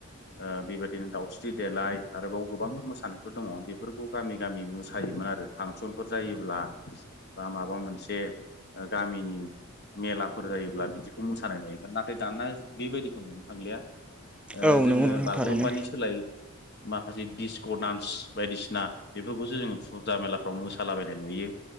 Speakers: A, on the left (about 50°); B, in the centre.
A: ओ बेबायदिनो दाउसि स्रि देलाय आरोबाव गोबां मोसानायफोर दङ बेफोरखौ गामि गामि मोसायोमोन आरो फांसनफोर जायोब्ला बा माबा मोनसे ओ गामिनि मेलाफोर जायोब्ला बिदिखौ मोसानाय नुयोमोन नाथाय दाना बेबायदिखौ नुनो थांलिया। ओ
B: औ
A: जोङो
B: नंगौ नोंथां
A: बागुरुम्बानि
B: थारैनो
A: सोलायै माखासे डिस्क' डान्स बायदिसिना बेफोरखौसो जोङो फुजा मेलाफ्राव मोसालाबायनाय नुयो।